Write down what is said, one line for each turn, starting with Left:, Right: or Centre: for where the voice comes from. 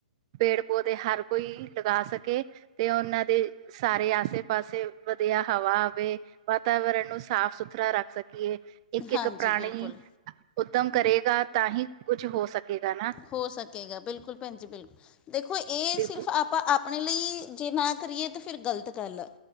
Right: ਪੇੜ-ਪੌਦੇ ਹਰ ਕੋਈ ਲਗਾ ਸਕੇ ਤੇ ਉਹਨਾਂ ਦੇ ਸਾਰੇ ਆਸੇ-ਪਾਸੇ ਵਧੀਆ ਹਵਾ ਆਵੇ ਵਾਤਾਵਰਨ ਨੂੰ ਸਾਫ-ਸੁਥਰਾ ਰੱਖ ਸਕੀਏ। ਇੱਕ-ਇੱਕ
Left: ਹਾਂਜੀ
Right: ਪ੍ਰਾਣੀ
Left: ਬਿਲਕੁਲ
Right: ਉਦਮ ਕਰੇਗਾ ਤਾਂ ਹੀ ਕੁੱਝ ਹੋ ਸਕੇਗਾ ਨਾ।
Left: ਹੋ ਸਕੇਗਾ ਬਿਲਕੁੱਲ ਭੈਣ ਜੀ ਬਿਲਕੁੱਲ ਦੇਖੋ ਇਹ
Right: ਬਿਲਕੁਲ
Left: ਸਿਰਫ ਆਪਾਂ ਉਹਨਾਂ ਲਈ ਜੇ ਨਾ ਕਰੀਏ ਤਾਂ ਫਿਰ ਗਲਤ ਗੱਲ